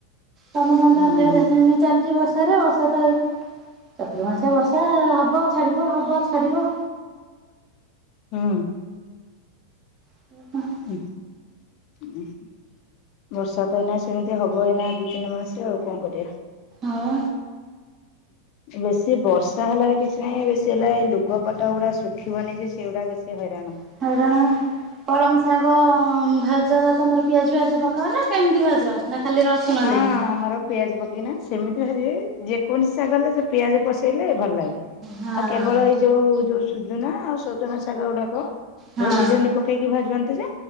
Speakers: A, on the right; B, on the left.
A: ତ ଧନ୍ଦା
B: ହୁଁ
A: ଫେରେ। <unintelligible> ଚାଲିଚି ବର୍ଷାରେ ବର୍ଷା ତ ଏଇ ଚତୁର୍ମାସିଆ ବର୍ଷା ହବ ଛାଡ଼ିବ ହବ ଛାଡ଼ିବ।
B: ହୁଁ।
A: <unintelligible>
B: <unintelligible> ବର୍ଷା ତ ଏଇନାଁ ସେମିତି ହେବ ଏଇନାଁ ଦୁଇ ତିନି ମାସ ଆଉ କଁ କରିବା।
A: ଆଉ
B: ବେଶୀ ବର୍ଷା ହେବାରେ କିଛି ନାହିଁ ବେଶୀ ହେଲା ଏଇ ଲୁ ଗପଟା ଗୁଡ଼ା ଶୁଖିବନି ଯେ ସେଇଗୁଡ଼ା ବେଶୀ ହଇରାଣ।
A: <unintelligible> କଳମ ଶାଗ ଭାଜ ଯାହା ତମର ପିଆଜ ଫିଆଜ ପକାଅ ନା କେମିତି ଭାଜ ନା ଖାଲି ରସୁଣ
B: ହଁ
A: ଦେଇକି।
B: ଆମର ପିଆଜ ପକେଇନା ସେମିତି ଭାଜିବେ ଯେକୌଣସି ଶାଗ ହେଲେ ସେ ପିଆଜ ପସେଇଲେ ଭଲ ଲାଗେ।
A: ହଁ
B: ଆଉ କେବଳ ଏଇ ଯୋଉ ଯୋଉ ସୁଜୁନା ଆଉ ସଜନା ସାଗ ଗୁଡାକ।
A: ହଁ
B: ଭେଣ୍ଡି ଜହ୍ନି ପକେଇକି ଭାଜନ୍ତି ଯେ